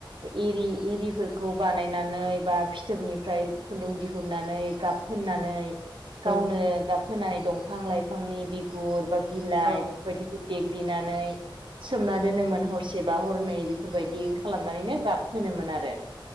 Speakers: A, on the right (about 70°); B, on the right (about 35°).
A: इरि इरिफोरखौ बानायनानै बा फिथोबनिफ्राय खुन्दुं दिहुननानै गाब फोननानै गावनो
B: औ औ
A: गाब होनानै दंफां लाइफांनि बिगुर बा बिलाइ
B: औ
A: बेफोरबायदिखौ देग्लिनानै सोमना दोनोमोन हरसे बा हरनै नै बेफोरबायदि खालामनानैनो गाब फोनोमोन आरो